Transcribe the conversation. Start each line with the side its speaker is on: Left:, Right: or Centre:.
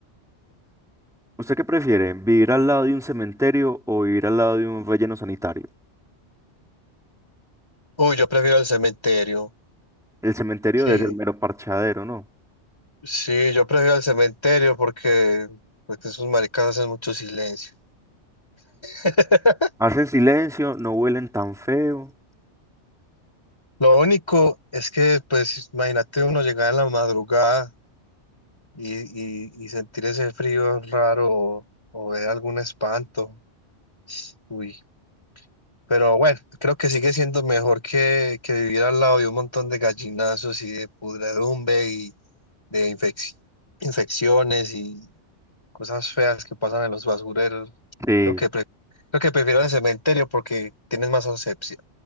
Centre: ¿Usted qué prefiere? ¿Vivir al lado de un cementerio o vivir al lado de un relleno sanitario?
Left: Uy, yo prefiero el cementerio.
Centre: El cementerio
Left: Sí,
Centre: debe ser mero parchadero, ¿no?
Left: Sí, yo prefiero el cementerio porque, porque esos maricas hacen mucho silencio. <laughs>
Centre: Hacen silencio, no huelen tan feo.
Left: Lo único es que, pues, imagínate uno llegar en la madrugada y, y- y sentir ese frío raro o, o ver algún espanto. Uy, pero bueno, creo que sigue siendo mejor que, que vivir al lado de un montón de gallinazos y de pudredumbre y de infec- infecciones cosas feas que pasan en los basureros.
Centre: Sí,
Left: Creo que, pre- creo que prefiero el cementerio porque tienes más asepsia.